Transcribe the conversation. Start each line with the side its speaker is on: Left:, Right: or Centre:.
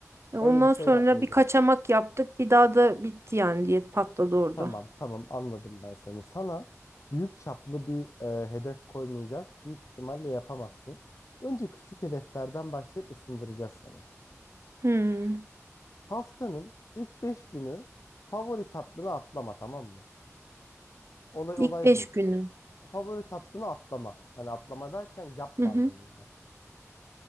Right: Ondan
Left: Öyle bir şey
Right: sonra
Left: yapmayacağız.
Right: bir kaçamak yaptık. Bir daha da bitti yani diyet patladı orada.
Left: Tamam tamam anladım ben seni. Sana büyük çaplı bir eee, hedef koymayacağız. Büyük ihtimalle yapamazsın. Önce küçük hedeflerden başlayıp ısındıracağız seni.
Right: Hmm.
Left: Haftanın ilk 5 günü favori tatlını atlama tamam mı? Olay
Right: İlk
Left: olay
Right: 5
Left: bu.
Right: günü.
Left: Favori tatlını atlama. Hani atlama derken yapma
Right: Hı hı.
Left: anlamında.